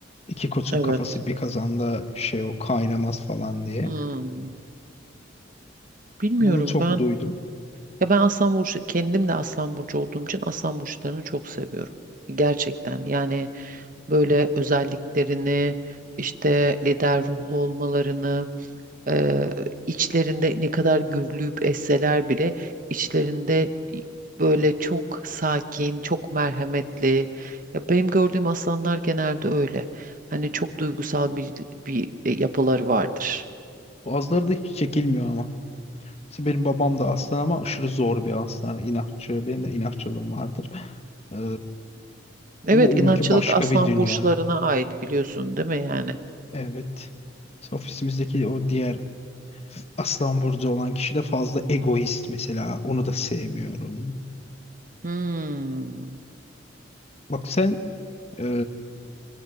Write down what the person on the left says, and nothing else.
İki koçun
kafası bir kazanda şey o kaynamaz falan diye.
Bunu çok
duydum.
Bazıları da hiç çekilmiyor ama. Mesela benim babam da aslan ama aşırı zor bir aslan. İnatçı. Benim de inatçılığım vardır. Ee,
ama onunki
başka
bir dünya.
Evet. Mesela Ofisimizdeki o diğer aslan burcu olan kişi de fazla egoist mesela. Onu da sevmiyorum.
Bak sen e,